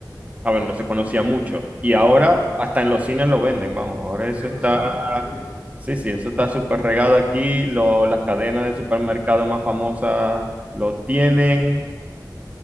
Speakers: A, on the right (about 20°); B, on the left (about 80°).
A: A ver, no se conocía mucho. Y
B: Ajá.
A: ahora hasta en los cines lo venden, vamos. Ahora
B: Hasta
A: eso
B: en
A: está,
B: los cines, en serio.
A: sí, sí, eso está súper regado aquí. Lo- las cadenas de supermercado más famosas lo tienen,